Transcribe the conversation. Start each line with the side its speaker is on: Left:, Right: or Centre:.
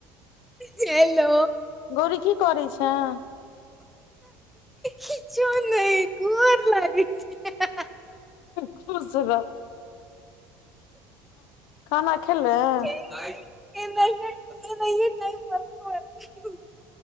Centre: हेल्लो
Left: गौरी की करै छैं
Centre: किछो नइ गोर लागै छिअउ
Left: खुश रह खाना खेलें
Centre: नाइ नहि नहि टाइम प <unintelligible>